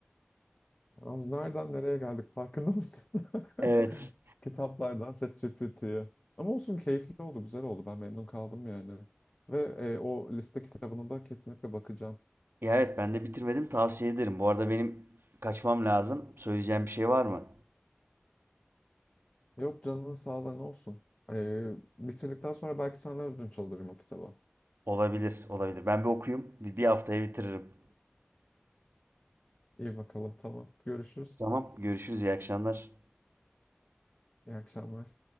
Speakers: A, on the left; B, on the right.
A: Az nereden nereye geldik farkında mısın?
B: Evet.
A: <laughs> Kitaplardan ChatGPT'ye. Ama olsun keyifli oldu, güzel oldu. Ben memnun kaldım yani. Ve e, o liste kitabına da kesinlikle bakacağım.
B: Ya evet ben de bitirmedim. Tavsiye ederim. Bu arada benim kaçmam lazım. Söyleyeceğim bir şey var mı?
A: Yok canının sağlığı ne olsun. Ee, bitirdikten sonra belki senden ödünç alırım o kitabı.
B: Olabilir, olabilir. Ben bir okuyayım. Bir, bir haftaya bitiririm.
A: İyi bakalım tamam. Görüşürüz.
B: Tamam, görüşürüz. İyi akşamlar.
A: İyi akşamlar.